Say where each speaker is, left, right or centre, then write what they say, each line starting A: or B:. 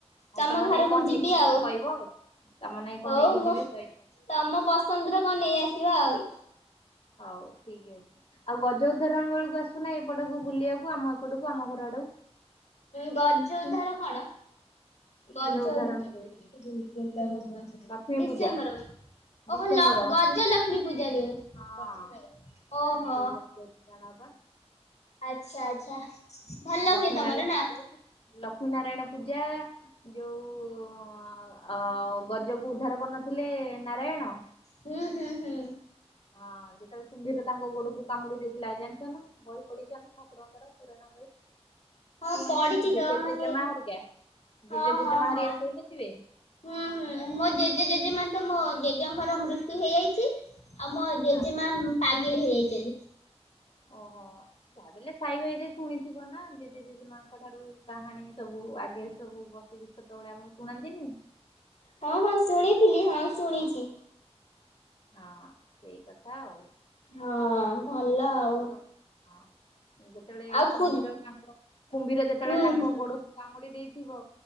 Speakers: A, on the left; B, on the left.
A: ଆଉ
B: ତମ ଘରକୁ
A: ନାଗି କଣ
B: ମୁଁ ଯିବି
A: ନେଇକି
B: ଆଉ।
A: କହିବ ତମ ନାଗି କଣ
B: ହଉ
A: ନେଇକି
B: ମୁଁ
A: ଯିବି କହିବ।
B: ତମ ପସନ୍ଦର କଣ ନେଇ ଆସି ଯିବା ଆଉ।
A: ହଉ ଠିକ ଅଛି ଆଉ ଗଜ ଉଦ୍ଧାରଣ ବେଳକୁ ଆସୁନ ଏପଟକୁ ବୁଲିବାକୁ ଆମ ଏପଟକୁ ଆମ ଘର ଆଡେ।
B: ଗଜ ଉଦ୍ଧାର କଣ? ଗଜ
A: ଉଦାହରଣ
B: ଉଦ୍ଧାର
A: ହୁଏ ଲକ୍ଷ୍ମୀ
B: ଡିସେମ୍ବର
A: ପୂଜା
B: ମାସ
A: ଡିସେମ୍ବର
B: ଓହୋ ଲକ୍ଷ୍ମ ଗଜ
A: ହଁ।
B: ଲକ୍ଷ୍ମୀ ପୂଜା ଯୋଉ
A: ହଁ
B: ଓହୋ।
A: ସେଇ ଜାତୀୟ ଉତ୍ପାରଣ ବା
B: ଆଚ୍ଛା ଆଚ୍ଛା। ଭଲ
A: ଲକ୍ଷ୍ମୀ
B: ହୁଏ ତମର
A: ନାରାୟଣ
B: ନା
A: ପୂଜା କୁ ଲକ୍ଷ୍ମୀ ନାରାୟଣ ପୂଜା ଯୋଉ ଉ ଉ ଆ ଗଜକୁ ଉଦ୍ଧାର କରିନଥିଲେ ନାରାୟଣ
B: ହୁଁ ହୁଁ ହୁଁ।
A: ହଁ ଯେତେବେଳେ କୁମ୍ଭୀର ତାଙ୍କ ଗୋଡକୁ କାମୁଡି ଦେଇ ପିଲା ଜାଣିଚନା ବହି ପଢିଚନା? ଶିବଙ୍କର ପୁରଣ ବହି।
B: ହଁ
A: କୁହନ୍ତିନି
B: ପଢିଛି
A: ଜେଜେ
B: ତ ମାନେ
A: ଜେଜେମା ହେରିକା ଜେଜେ
B: ହଁ
A: ଜେଜେମା
B: ହଁ ହଁ
A: ହେରିକା କହୁନଥିବେ
B: ହୁଁ ହୁଁ ମୋ ଜେଜେ ଜେଜେମା ତ ମୋ ଜେଜେଙ୍କର ମୃତ୍ୟୁ ହେଇଯାଇଚି ଆଉ ମୋ ଜେଜେମା
A: ହଁ
B: ପାଗେ ହେଇଯାଇଚି ଆଜି।
A: ଓହୋ ଭାବିଲେ ସାଇ ଭାଇ ରେ ଶୁଣିଥି ହବ ନା ଜେଜେ ଜେଜେମାଙ୍କ ଠାରୁ କାହାଣୀ ସବୁ ଆଗେ ସବୁ ବସିକି ଛୋଟ ବେଳେ ଆମକୁ ଶୁଣାନ୍ତିନି।
B: ହଁ ହଁ ଶୁଣିଥିଲି ହଁ ଶୁଣିଚି।
A: ହଁ ସେଇ କଥା ଆଉ।
B: ହଁ
A: ଯେମିତି
B: ଭଲ
A: ତାଙ୍କ
B: ଆଉ।
A: ଗୋଡ ହଁ ଯେତେବେଳେ
B: ଆଉ ଖୁ
A: କୁମ୍ଭୀର ତାଙ୍କ କୁମ୍ଭୀର ଯେତେବେଳେ
B: ହୁଁ
A: ତାଙ୍କ
B: ହୁଁ
A: ଗୋଡକୁ କାମୁଡି ଦେଇ ଥିବ।